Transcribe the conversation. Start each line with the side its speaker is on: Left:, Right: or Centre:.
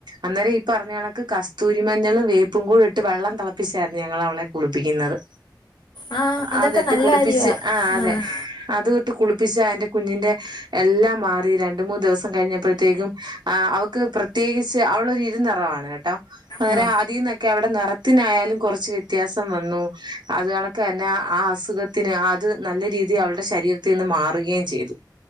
Right: അന്നേരം ഈ പറഞ്ഞ കണക്ക് കസ്തൂരി മഞ്ഞളും വേപ്പും കൂടെ ഇട്ട് വെള്ളം തെളപ്പിച്ചായിരുന്നു ഞങ്ങളവളെ കുളിപ്പിക്കുന്നത്
Left: ആ അതൊക്കെ
Right: അതിട്ട്
Left: നല്ല
Right: കുളിപ്പിച്ച്
Left: കാര്യമാണ്
Right: ആഹ് അതെ
Left: ആ
Right: അത് ട്ട് കുളിപ്പിച്ച എന്റെ കുഞ്ഞിന്റെ എല്ലാം മാറി രണ്ട് മൂന്ന് ദിവസം കഴിഞ്ഞപ്പോഴത്തേക്കും ആഹ് അവക്ക് പ്രത്യേകിച്ച് അവളൊരു ഇരു നിറാണ് കേട്ടോ അങ്ങനെ
Left: ആ
Right: അതീനൊ ക്കെ അവടെ നിറത്തിനായാലും കൊറച്ച് വ്യത്യാസം വന്നു അത് കണക്കന്നെ ആഹ് അസുഖത്തിന് അത് നല്ല രീതിയിൽ അവൾടെ ശരീരത്തീന്ന് മാറുകയും ചെയ്തു